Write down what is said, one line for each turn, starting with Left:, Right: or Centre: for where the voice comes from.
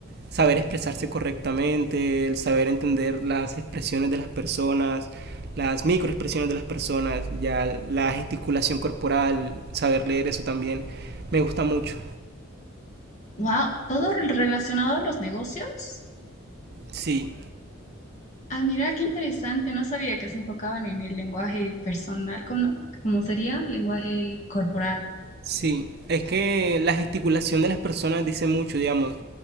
Right: saber expresarse correctamente, el saber entender las expresiones de las personas, las microexpresiones de las personas, ya la gesticulación corporal, saber leer eso también, me gusta mucho.
Left: Wow, todo rel- relacionado a los negocios.
Right: Sí,
Left: Ah, mira, qué interesante. No sabía que se enfocaban en el lenguaje personal, como, cómo sería lenguaje corporal.
Right: Sí, es que la gesticulación de las personas dice mucho, digamos.